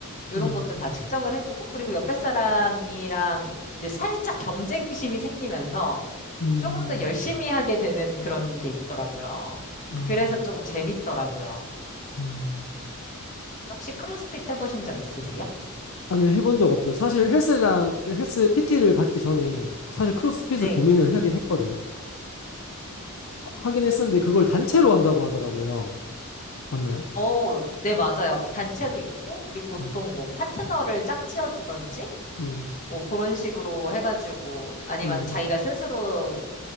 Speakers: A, on the left; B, on the left.
A: 이런
B: 음,
A: 것도 다 측정을 해주고 그리고 옆에 사람이랑 이제 살짝 경쟁심이 생기면서
B: 음,
A: 조금 더 열심히 하게 되는 그런 게 있더라고요.
B: 아,
A: 그래서 조금 재밌더라고요.
B: 음.
A: 혹시 크로스핏 해보신 적 있으세요?
B: 아니요, 해본 적 없어요. 사실 헬스장, 헬스 PT를 받기 전에 사실 크로스핏을
A: 네.
B: 고민을 하긴 했거든요. 하긴 했었는데 그걸 단체로 한다고 하더라고요. 맞나요?
A: 어, 네, 맞아요. 단체로 있고, 그리고 보통
B: 네.
A: 뭐 파트너를 짝지어주던지,
B: 음,
A: 뭐 그런 식으로 해가지고, 아니면
B: 음.
A: 자기가 스스로